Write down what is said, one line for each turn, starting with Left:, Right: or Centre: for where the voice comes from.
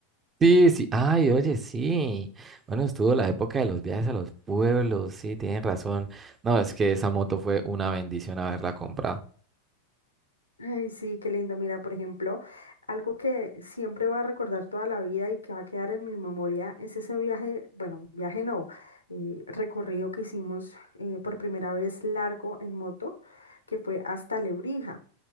Right: Sí, sí, ay, oye, sí. Bueno, estuvo la época de los viajes a los pueblos, sí, tienen razón. No, es que esa moto fue una bendición haberla comprado.
Left: Ay, sí, qué lindo. Mira, por ejemplo, algo que siempre voy a recordar toda la vida y que va a quedar en mi memoria es ese viaje, bueno, viaje no, eh, recorrido que hicimos eh, por primera vez largo en moto, que fue hasta Lebrija.